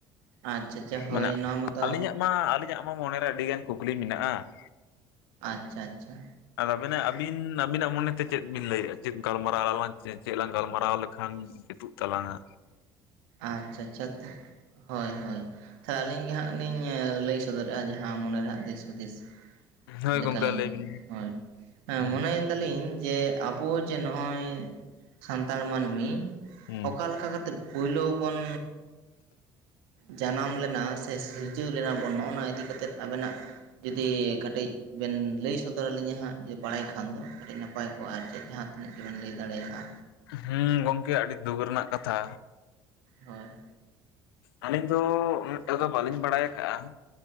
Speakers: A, on the right (about 75°); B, on the left (about 80°).
A: ᱟᱪᱪᱷᱟ ᱪᱷᱟ ᱦᱳᱭ
B: ᱢᱟᱱᱮ
A: ᱚᱱᱟ ᱢᱟᱛᱚ
B: ᱟᱹᱞᱤᱧᱟᱜ ᱢᱟ ᱟᱹᱞᱤᱧᱟᱜ ᱢᱟ ᱢᱚᱱᱮᱨᱮ ᱟᱹᱰᱤᱜᱟᱱ ᱠᱩᱠᱞᱤ ᱢᱮᱱᱟᱜᱼᱟ᱾
A: ᱟᱪᱪᱷᱟ ᱟᱪᱪᱷᱟ᱾
B: ᱟᱨ ᱛᱵᱤᱱᱟ ᱟᱹᱵᱤᱱ ᱟᱵᱤᱱᱟᱜ ᱢᱚᱱᱮᱛᱮ ᱪᱮᱫ ᱵᱤᱱ ᱞᱟᱹᱭᱮᱫᱼᱟ, ᱪᱮᱫ ᱜᱟᱞᱢᱟᱨᱟ ᱟᱞᱟᱝ ᱪᱮᱫ ᱞᱝ ᱜᱟᱞᱢᱟᱨᱟᱣ ᱞᱮᱠᱷᱟᱱ ᱡᱩᱛᱩᱜ ᱛᱟᱞᱟᱝᱼᱟ᱾
A: ᱟᱪᱪᱷᱟ ᱪᱷᱟ ᱦᱳᱭ ᱦᱳᱭ᱾ ᱛᱟᱦᱚᱞᱮ ᱟᱹᱞᱤᱧ ᱜᱮ ᱦᱟᱸᱜ ᱞᱤᱧ ᱞᱟᱹᱭ ᱥᱚᱫᱚᱨᱮᱜᱼᱟ ᱡᱟᱦᱟᱸ ᱢᱚᱱᱮᱨᱮᱦᱟᱸᱜ ᱫᱤᱥ ᱦᱩᱫᱤᱥ
B: ᱦᱳᱭ
A: ᱞᱮᱠᱟᱢ
B: ᱜᱚᱢᱠᱮ
A: ᱞᱤᱧ
B: ᱞᱟᱹᱭ ᱵᱤᱱ
A: ᱦᱳᱭ ᱦᱮᱸ
B: ᱦᱩᱸ
A: ᱢᱚᱱᱮ ᱫᱟᱞᱤᱧ ᱡᱮ ᱟᱵᱚ ᱡᱮ ᱱᱚᱜᱼᱚᱭ ᱠᱷᱟᱱᱛᱟᱲ ᱢᱟᱹᱱᱢᱤ
B: ᱦᱩᱸ
A: ᱚᱠᱟ ᱞᱮᱠᱟ ᱠᱟᱛᱮᱫ ᱯᱳᱭᱞᱳ ᱵᱚᱱ ᱡᱟᱱᱟᱢ ᱞᱮᱱᱟ, ᱥᱮ ᱥᱤᱨᱡᱟᱹᱣ ᱞᱮᱱᱟ ᱵᱚᱱ ᱱᱚᱜᱼᱚ ᱱᱚᱣᱟ ᱤᱫᱤ ᱠᱟᱛᱮᱫ ᱟᱵᱮᱱᱟᱜ ᱡᱩᱫᱤ ᱠᱟᱹᱴᱤᱡ ᱵᱮᱱ ᱞᱟᱹᱭ ᱥᱚᱫᱚᱨ ᱟᱹᱞᱤᱧᱟᱹ ᱦᱟᱸᱜ ᱡᱩᱫᱤ ᱵᱟᱲᱟᱭ ᱠᱷᱟᱱ ᱫᱚ ᱠᱟᱹᱴᱤᱡ ᱱᱟᱯᱟᱭ ᱠᱚᱜᱼᱟ᱾ ᱟᱨ ᱪᱮᱫ ᱡᱟᱦᱟᱸ ᱛᱤᱱᱟᱹᱜ ᱜᱮᱵᱮᱱ ᱞᱟᱹᱭ ᱫᱟᱲᱮᱭᱟᱜᱼᱟ,
B: ᱦᱮᱸ ᱜᱚᱢᱠᱮ ᱟᱹᱰᱤ ᱫᱩᱠ ᱨᱮᱱᱟᱜ ᱠᱟᱛᱷᱟ᱾
A: ᱦᱳᱭ
B: ᱟᱹᱞᱤᱧ ᱫᱚ ᱩᱱᱟᱹᱜᱴᱟ ᱫᱚ ᱵᱟᱹᱞᱤᱧ ᱵᱟᱲᱟᱭ ᱠᱟᱜᱼᱟ,